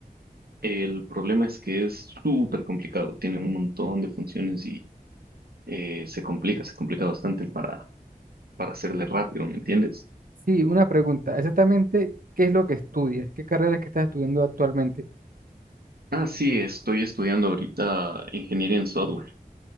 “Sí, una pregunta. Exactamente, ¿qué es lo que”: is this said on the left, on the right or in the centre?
Right